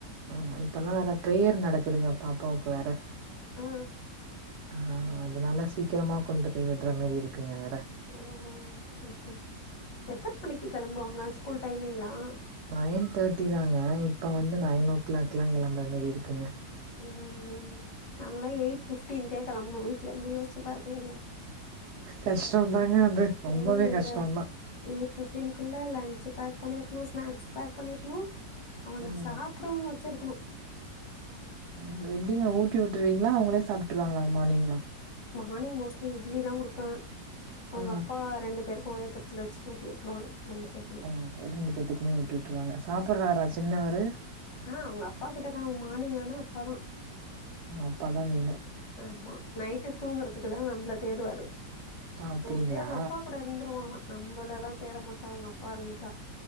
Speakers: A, on the right; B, on the left.
A: ஆமா இப்ப எல்லாம் வேற பிரேயர் நடக்குதுங்க பாப்பாவுக்கு வேற
B: ஆ, ஆ.
A: ஆ அதனால சீக்கிரமா கொண்டு போய் விடுற மாரி இருக்குங்க வேற
B: ஓ ஓ ஓகே ஓகே எத்தனை மணிக்கு கிளம்புவாங்க ஸ்கூல் டைமிங்லா
A: நைன் தேர்ட்டி தாங்க இப்ப வந்து நைன் ஓ கிளாக் எல்லாம் கிளம்புற மாரி இருக்குங்க
B: ம் ம் ம் ம் நாங்கலாம் எயிட் ஃபிப்டீன் கே சல்லமுனோயி ட்ல இருந்து யோசிச்சு பா ருக்கீங்களா
A: கஷ்டோந்தாங்க அது ரொம்பவே
B: ம் இந்த
A: கஷ்டோந்தா
B: எயிட் ஃபிப்டீன்குள்ள லஞ்ச பேக் பண்ணிருக்கணு ஸ்நாக்ஸ் பேக் பண்ணிருக்கணு அவன
A: ம்
B: சாப்படவு வச்சிருக்கணு
A: ங்க எப்படிங்க ஊட்டி விட்டுருவீங்களா அவங்களே சாப்ட்டுருவாங்களா மானிங்னா
B: மானிங் மோஸ்ட்லி இட்லி தா குடுப்பே அவுங்க
A: ஆ
B: அப்பா ரெண்டு பேருக்கு ஒரே தச்ல வச்சுட்டு ஊட்டி விட்டுருவாங்க பேருக்குமே.
A: ஆ ஒரு ரெண்டு பேத்துக்குமே ஊட்டி விட்டுருவாங்க சாப்பற ரா ராச் ன்னவரு
B: ஆ அவுங்க அப்பா கிட்டதா மானிங் ஆனா அப்பாதா
A: அப்பா தா வேணு
B: ஆமா நைட்டு தூங்கறதுக்கு தா நம்மள தேடுவாரு
A: ஆ அப்டிங்களா
B: மோஸ்ட்லி அவுங்க அப்பா கூட இருந்துருவ அவ நம்மள லா தேட மாட்டா அவுங்க அப்பா இருந்துட்டா